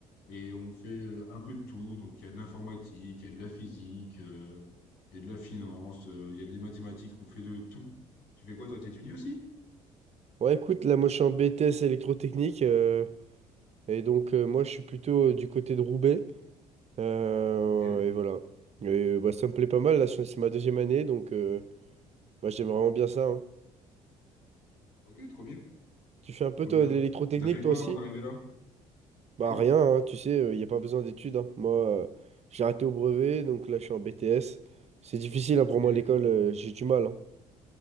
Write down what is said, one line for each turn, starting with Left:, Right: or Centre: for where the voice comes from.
Left: et on fait euh, un peu de tout, donc il y a de l'informatique, il y a de la physique, euh, il y a de la finance, euh, il y a des mathématiques, on fait de tout. Tu fais quoi toi, t'étudies aussi?
Right: Ouais, écoute, là, moi, je suis en BTS électrotechnique. euh, et donc, euh, moi, je suis plutôt euh, du côté de Roubaix. euh,
Left: Ok,
Right: et voilà. Et, euh, bah, ça me plaît pas mal, là, je- c'est ma deuxième année, donc euh, bah, j'aime vraiment bien ça. hein.
Left: ok, trop bien,
Right: Tu fais un peu,
Left: trop bien.
Right: toi, de l'électrotechnique,
Left: Et t'as fait quoi
Right: toi aussi?
Left: avant d'arriver là? Pardon?
Right: Bah rien, hein, tu sais, il n'y a pas besoin d'études. hein. Moi, euh, j'ai arrêté au brevet, donc là, je suis en BTS. C'est difficile hein,
Left: Ok,
Right: pour moi, l'école, euh, j'ai du mal. hein.